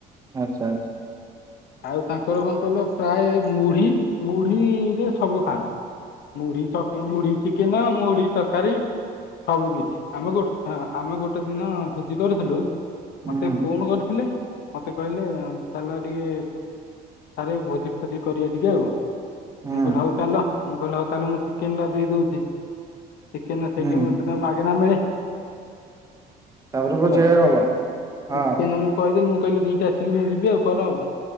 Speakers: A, on the right; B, on the left.
A: ଆଚ୍ଛା ଆଛା।
B: ଆଉ ତାଙ୍କର କଣ କଇଲ ପ୍ରାୟ ମୁଢି ମୁଢିରେ ସବୁ ଖାଆନ୍ତି। ମୁଢି ସ ମୁଢି ଚିକେନ ମୁଢି ତରକାରୀ ସବୁ କିଛି ଆମେ ଗୋ ହଁ ଆମେ ଗୋଟେ ଦିନ ଭୋଜି କରିଥିଲୁ
A: ହୁଁ
B: ମତେ ଫୋନ କରି ଥିଲେ ମତେ କହିଲେ ଚାଲ ଟିକେ ସାରେ ଏ ଭୋଜି ଫୋଜି କରିବା ଟିକେ ଆଉ।
A: ହୁଁ
B: ମୁଁ କହିଲି ହଉ ଚାଲ ମୁଁ କହିଲି ହଉ ତାଲେ ମୁଁ ଚିକେନ ଟା ଦେଇ ଦଉଛି ଚିକେନ ସେଠି
A: ହୁଁ
B: ମି ମାଗେଣା ମିଳେ ହ୍ୟାଲୋ
A: ତାପରେ ବୁଝେଇଆ ଗଲ ହଁ
B: ଚିକେନ ମୁଁ କହିଦେ ମୁଁ କହିଲି ଡି ଟା ଆସିକି ମୁଁ ଯିବି ଆଉ କର ଆଉ।